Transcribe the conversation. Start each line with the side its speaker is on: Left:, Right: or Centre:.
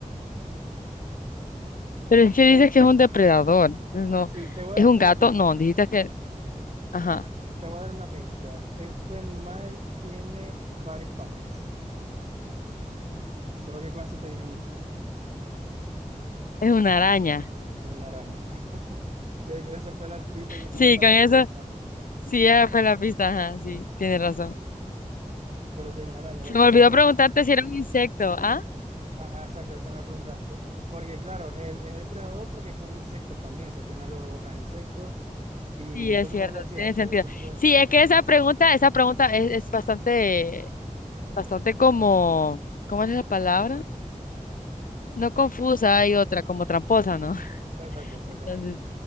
Left: pero es que dices
Right: Te doy-
Left: que es un depredador. entonces no,
Right: Sí, te voy
Left: ¿es
Right: a dar
Left: un
Right: una
Left: gato?
Right: pista.
Left: No, dijiste que, ajá,
Right: Te voy a dar una pista. Este animal tiene varias patas. Creo que con eso te dije mucho.
Left: es una araña.
Right: Es una araña. <laughs> Que- que Esa fue la pista ya
Left: Sí,
Right: como para
Left: con eso,
Right: que lo adivinara.
Left: sí, ya fue la pista, ajá, sí, tienes razón.
Right: Pero sí es una araña.
Left: Se
Right: Lo
Left: me
Right: dice,
Left: olvidó
Right: claro.
Left: preguntarte
Right: él-
Left: si era un insecto, ¿ah?
Right: Ajá, exacto, esa me preguntaste. Porque claro, él es el predador porque come insectos también. Se come lo- a insectos. Y
Left: Sí, es
Right: entonces
Left: cierto,
Right: por eso decía,
Left: tiene sentido.
Right: eh, depende.
Left: Sí, es que esa pregunta, esa pregunta es, es bastante, bastante como, ¿cómo es la palabra? No confusa, hay otra, como tramposa, ¿no? <laughs>
Right: Exacto, exactamente.
Left: Entonces,